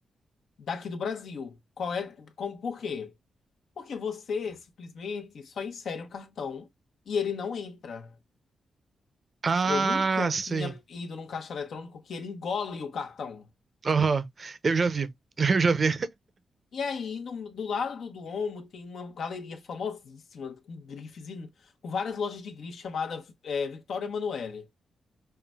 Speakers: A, on the left; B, on the right.
A: daqui do Brasil. Qual é, como, por quê? Porque você simplesmente só insere o cartão e ele não entra.
B: Ah,
A: Eu nunca
B: sim.
A: tinha ido num caixa eletrônico que ele engole o cartão.
B: Aham. Eu já vi. <laughs> Eu já vi.
A: E aí, no- do lado do Duomo, tem uma galeria famosíssima, com grifes e com várias lojas de grifes, chamada é, Victoria Emanuele.